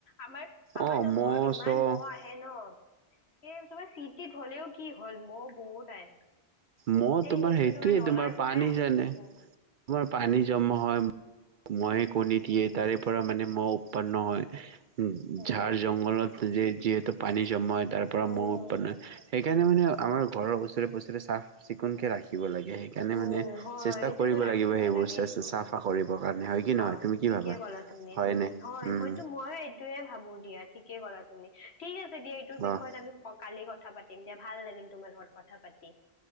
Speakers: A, on the left (about 80°); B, on the right (about 60°).
A: আমাৰ আমাৰতো
B: অ' মহ
A: ঘৰত ইমান
B: চহ
A: মহ আহে ন সেই তোমাৰ চট টিত হ'লেও কি হ'ল মহ বহুত আহে
B: মহ
A: সেই
B: তোমাৰ
A: সেইটো
B: সেইটোৱে
A: নলাৰ
B: তোমাৰ
A: পৰাই
B: পানী
A: আহে
B: জানে তোমাৰ পানী
A: উম
B: জমা হয় মহে কণী দিয়ে
A: উম উম
B: তাৰে পৰা মানে মহ উৎপন্ন হয়
A: উম
B: ঝাৰ জংঘলত যে যিহেতু পানী জমা হয় তাৰ পৰা
A: উম উম
B: মহ'
A: উম
B: উৎপন্ন হয় সেইকাৰণে মানে আমাৰ ঘৰৰ ওচৰে পুচৰে চাফ চিকুণকে ৰাখিব লাগে সেইকাৰণে
A: উম
B: মানে
A: হয়
B: চেষ্টা
A: সেইটোতো
B: কৰিব
A: ৰাখিবই
B: লাগিব সেইবোৰ
A: লাগে
B: চেছ
A: উম
B: চাফা কৰিবৰ কাৰণে হয় কি
A: হয়
B: নহয় তুমি কি
A: ঠিকে
B: ভাবা?
A: ক'লা তুমি
B: হয়নে
A: উম হয়
B: উম
A: মইতো মই এইটোয়ে ভাবো দিয়া ঠিকেই কৰা তুমি ঠিক আছে দিয়া এইটো বিষয়ত
B: অ'
A: আমি কালি ক কথা পাতিম দিয়া ভাল লাগিল তোমাৰ লগত কথা পাতি